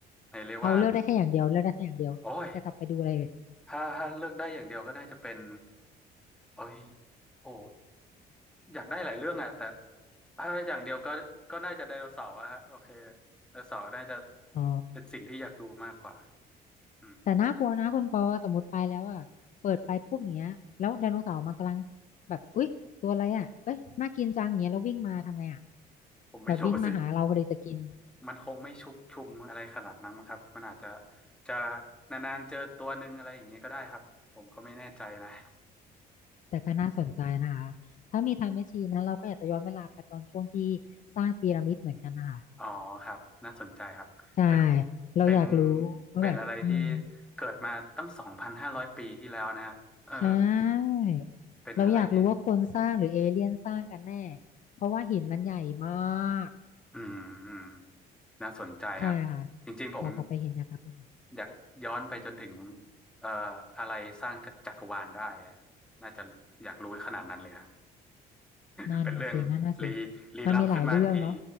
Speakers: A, in the centre; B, on the left (about 50°).
A: ในเรียกว่า
B: เอาเลือกได้แค่อย่างเดียวเลือกได้แค่อย่างเดียวจะกลับไปดูอะไรเลย
A: โอ้ยถ้าถ้าเลือกได้อย่างเดียวก็น่าจะเป็นโอ้ยโอ้ อยากได้หลายเรื่องอะแต่ถ้าอย่างเดียวก็ก็น่าจะไดโนเสาร์อะฮะโอเคไดโนเสาร์น่าจะ
B: อ๋อ
A: เป็นสิ่งที่อยากดูมากกว่าอืมอืม
B: แต่น่ากลัวนะคุณปอสมมติไปแล้วอ่ะเปิดไปปุ๊บอย่างเงี้ยแล้วไดโนเสาร์มันกำลังแบบอุ๊ยตัวอะไรอ่ะเอ้ยน่ากินจังอย่างเงี้ยแล้ววิ่งมาทำไงอ่ะ
A: ผมไม่รู้สิ
B: แบบวิ่งมาหาเราพอดีจะกิน
A: มันคงไม่ชุกชุมอะไรขนาดนั้นมั้งครับมันอาจจะจะนานๆเจอตัวหนึ่งอะไรอย่างนี้ก็ได้ครับผมก็ไม่แน่ใจนะ
B: แต่ก็น่าสนใจนะคะถ้ามีไทม์แมชชีนนะเราก็อยากจะย้อนเวลาไปตอนช่วงที่สร้างพีระมิดเหมือนกันนะคะ
A: <laughs> อ๋อครับน่าสนใจครับเป็น
B: ใช่ เราอยากรู้ว่าแบบอืม
A: เป็นเป็นอะไรที่เกิดมาตั้งสองพันห้าร้อยปีที่แล้วนะฮะเออ
B: ใช่
A: เป็นอะไรที่
B: เราอยากรู้ว่าคนสร้างหรือเอเลี่ยนสร้างกันแน่ เพราะว่าหินมันใหญ่มาก
A: อืมอืมน่าสนใจครับ
B: ใช่ค่ะ
A: จริงๆผม
B: อยากกลับไปเห็นอยากกลับไปเห็น
A: อยากย้อนไปจนถึงเอ่ออะไรสร้างจักรวาลได้อะน่าจะอยากรู้ขนาดนั้นเลยฮะ
B: นั่นน่ะสินั่นน่ะสิ
A: <laughs> เป็นเรื่องลี้ลี้ลับขึ้นมาทันที
B: มันมีหลายเรื่องเนาะ